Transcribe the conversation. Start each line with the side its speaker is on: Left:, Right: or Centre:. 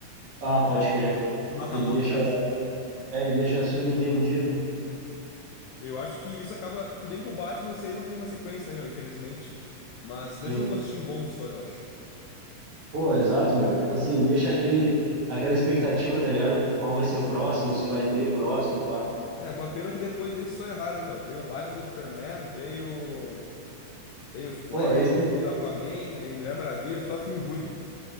Right: Ah, pode crer.
Left: tipo, não acabou,
Right: Ele deixa.
Left: tá ligado?
Right: É, ele deixa subentendido.
Left: Eu acho que isso acaba. Tudo bem que o Batman, isso aí não tem uma sequência, né, meu? Infelizmente. Mas deixa
Right: Sim.
Left: um gostinho bom nos fãs, eu acho.
Right: Pô, exato, meu. Tipo assim, deixa aquele, aquela expectativa, tá ligado? Por Qual vai ser o próximo, se vai ter próximo e pá.
Left: É, uma pena que depois disso só erraram, né, meu? Veio o Batman contra o Superman, veio, veio o Flash,
Right: Pô, esse,
Left: veio Aquaman, veio Mulher Maravilha, só filme ruim, meu.